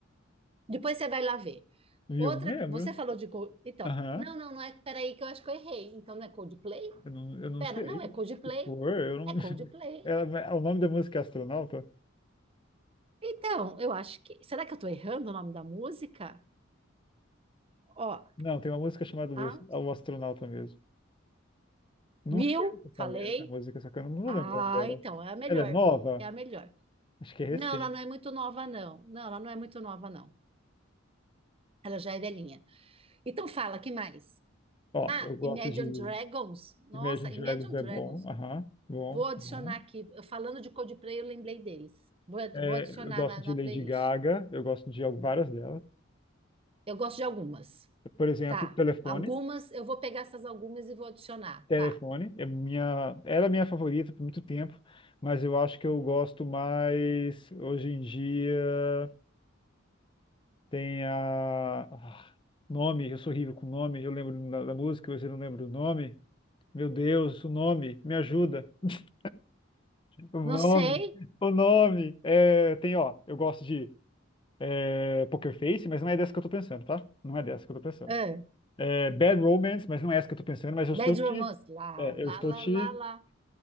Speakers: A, on the right; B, on the left.
A: Depois você vai lá ver.
B: Viu?
A: Outra,
B: Não lembro.
A: que- você falou de Cold, então,
B: Aham.
A: não, não, não é, peraí que eu acho que eu errei. Então não é Coldplay?
B: Eu não, eu não
A: Pera,
B: sei.
A: não, é Coldplay.
B: Expor, eu não.
A: É Coldplay.
B: <laughs> Ela- o nome da música é Astronauta?
A: Então, eu acho que, será que eu tô errando o nome da música? Ó,
B: Não, tem uma música chamada
A: ah,
B: desse, é O Astronauta mesmo. Não
A: Viu?
B: reconheço essa,
A: Falei.
B: me- essa música, só que eu não vou
A: Ah,
B: lembrando dela.
A: então, é a melhor.
B: Ela é nova?
A: É a melhor.
B: Acho que é recente.
A: Não, ela não é muito nova, não. Não, ela não é muito nova, não. Ela já é velhinha. Então fala, que mais?
B: Ó,
A: Ah,
B: eu gosto
A: Imagine
B: de
A: Dragons. Nossa,
B: Imagine
A: Imagine
B: Dragons é
A: Dragons.
B: bom. Aham, bom,
A: Vou adicionar
B: bom.
A: aqui. Falando de Coldplay, eu lembrei deles. Vou,
B: É,
A: vou adicionar
B: eu gosto
A: na,
B: de
A: na
B: Lady
A: playlist.
B: Gaga, eu gosto de várias delas.
A: Eu gosto de algumas.
B: Por exemplo,
A: Tá.
B: Telefone.
A: Algumas, eu vou pegar essas algumas e vou adicionar.
B: Telefone
A: Tá.
B: é minha, era minha favorita por muito tempo, mas eu acho que eu gosto mais hoje em dia tem a ah, nome, eu sou horrível com nome, eu lembro da, da música, mas eu não lembro do nome. Meu Deus, o nome, me ajuda. <laughs> O
A: Não
B: nome,
A: sei.
B: o nome. É, tem, ó, eu gosto de é, Poker Face, mas não é dessa que eu tô pensando, tá? Não é dessa que eu tô pensando.
A: Ah,
B: É, Bad Romance, mas não é essa que eu tô pensando, mas eu
A: Bad
B: estou te,
A: Romance. Lá,
B: é,
A: lá,
B: eu estou
A: lá,
B: te
A: lá, lá.